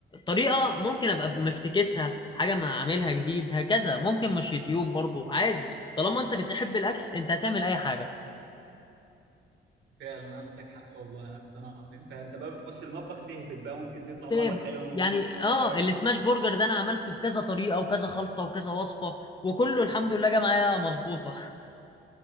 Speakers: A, on the left (about 25°); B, on the right (about 65°).
A: طريقه ممكن ابقى مفتكسها حاجه ما اعملها جديد هكذا ممكن مش يوتيوب برضو عادي طالما انت بتحب الاكل انت هتعمل اي حاجه
B: فعلا عندك حق والله انا اقتنعت انت انت بقى بتخش المطبخ تهبط بقى ممكن تطلع
A: تابع
B: مرة حلوة ممكن
A: يعني
B: تطلع
A: اه
B: مرة وحشة
A: السماش برجر ده انا عملته بكذا طريقه وكذا خلطه وكذا وصفه وكله الحمد لله جه معايا مظبوطه <laughs>